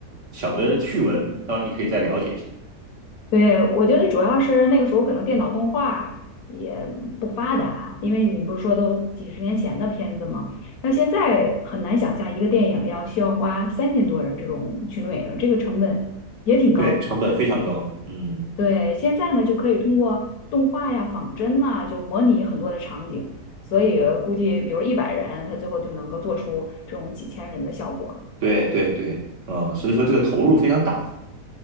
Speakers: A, on the right; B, on the left.
A: 小的趣闻，当然你可以再了解一下。
B: 对，我觉得主要是那个时候可能电脑动画也不发达，因为你不是说都几十年前的片子吗？那现在很难想象一个电影要需要花三千多人这种群众演员，这个成本也挺高的。
A: 对，成本非常高，嗯，
B: 对，现在呢就可以通过动画呀、仿真呐、就模拟很多的场景，所以估计比如一百人，他最后就能够做出这种几千人的效果。
A: 对对对，嗯，所以说这个投入非常大。